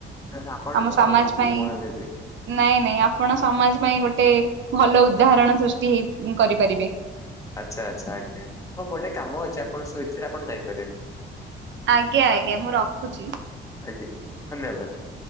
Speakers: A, on the left (about 15°); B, on the right (about 70°).
A: ନହେଲେ ଆପଣଠୁ
B: ଆମ ସମାଜ
A: କମ୍
B: ପାଇଁ।
A: ମୁଁ ମହାନ ହେବି।
B: ନାଇଁ ନାଇଁ ଆପଣ ସମାଜ ପାଇଁ ଗୋଟେ ଭଲ ଉଦାହରଣ ସୃଷ୍ଟି ହେଇ କରିପାରିବେ।
A: ଆଚ୍ଛା ଆଚ୍ଛା ଆଜ୍ଞା ହଁ ମୋ ଗୋଟେ କାମ ଅଛି ଆପଣ ଶୋଇଥିଲେ ଆପଣ ଯାଇ
B: ଆଜ୍ଞା ଆଜ୍ଞା ମୁଁ ରଖୁଚି।
A: ଆଜ୍ଞା ଧନ୍ୟବାଦ